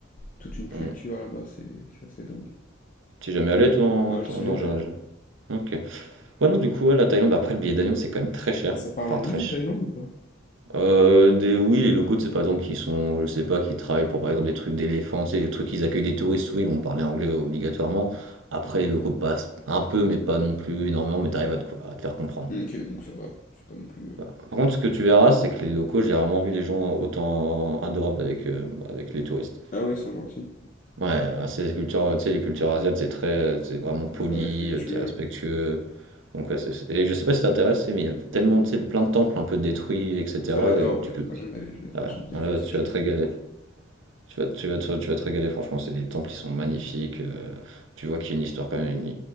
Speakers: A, on the left; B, on the right.
A: toute une culture
B: Hmm.
A: là-bas, c'est c'est assez dingue.
B: T'es jamais allé toi? en-
A: Non, j'y
B: en-
A: suis
B: Non,
A: jamais
B: j'ai...
A: allé.
B: j'ai- Ok. Ouais, non, du coup, ouais, la Thaïlande, bah, après le billet d'avion, c'est quand même très cher.
A: Et ça parle
B: Enfin,
A: anglais
B: très
A: en
B: cher.
A: Thaïlande ou pas?
B: Euh, des... Oui, les locaux, c'est par exemple, qui sont, je sais pas, qui travaillent pour par exemple des trucs d'éléphants, c'est des trucs qu'ils accueillent des touristes, oui, ils vont parler anglais obligatoirement. Après, les locaux passent un peu, mais pas non plus énormément, mais t'arrives à te... co- à te faire comprendre.
A: Ok, donc ça va. C'est pas non plus. euh,
B: Par contre, ce que tu verras, c'est que les locaux, j'ai rarement vu des gens autant adorables avec, euh, avec les touristes.
A: Ah oui, ils sont gentils.
B: Ouais, enfin, c'est les cultures, tu sais, les cultures asiatiques, c'est très, c'est vraiment poli,
A: Très respectueux.
B: euh, t'es respectueux. Donc ouais, c'est, c'est- et je sais pas si t'intéresse, mais il y a tellement, tu sais, de- plein de temples un peu détruits, etc.
A: Ça, j'adore,
B: Et que
A: ouais.
B: tu peux,
A: Moi, j'en ai- j'ai-
B: Ah,
A: j'aime bien faire
B: là,
A: ça,
B: tu
A: j'aime.
B: vas te régaler. Tu vas, tu vas te, tu vas te régaler, franchement, c'est des temples qui sont magnifiques. euh, tu vois qu'il y a une histoire quand même, une,